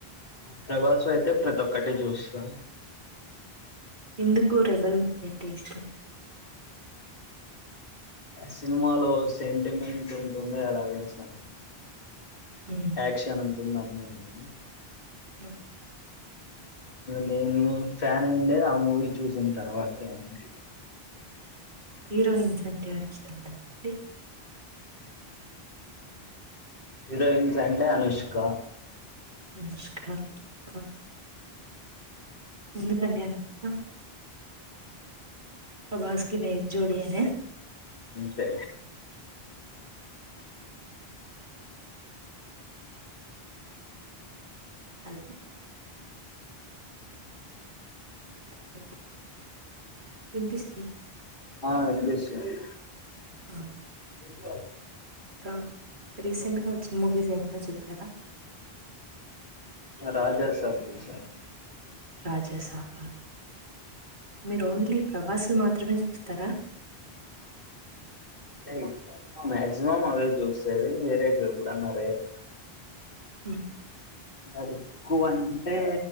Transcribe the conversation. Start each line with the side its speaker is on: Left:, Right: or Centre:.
Left: ప్రభాస్ అయితే ప్రతి ఒక్కటి చూస్తాను
Right: ఎందుకు రెబల్ మూవీ అంటే ఇష్టం.
Left: సినిమాలో సెంటిమెంట్ ఉంటుంది. అలాగే సమ్
Right: ఉమ్,
Left: యాక్షను అన్నీ ఉన్నాయి.
Right: ఆ
Left: నేను ఫ్యాన్ అయిందే ఆ మూవీ చూసిన తర్వాతే ఆయనికి
Right: హీరోయిన్స్ అంటే ఎవరి ఇష్టం ఉందండి
Left: హీరోయిన్స్ అంటే అనుష్క
Right: అనుష్క ఆ ఎందుకండి అనుష్క ప్రభాస్కి నైస్ జోడీ అనా
Left: తే
Right: హలో హలో వినిపిస్తుంద
Left: ఆ వినిపిస్తుంది
Right: ఆ
Left: తేజ
Right: ఆ రీసెంట్ గా వచ్చిన మూవీస్ ఏమన్నా మూవీస్ ఏమైనా చూసారా
Left: రాజా సాబ్ చూసా
Right: రాజాసాబా ఆ మీరు ఓన్లీ ప్రభాస్ వి మాత్రమే చూస్త త్తర
Left: అంటే మాక్సిమం అవే చూసేది వేరేటివి ఎప్పుడన్న రేర్
Right: హ్మ్
Left: మరి కోన్ అంటే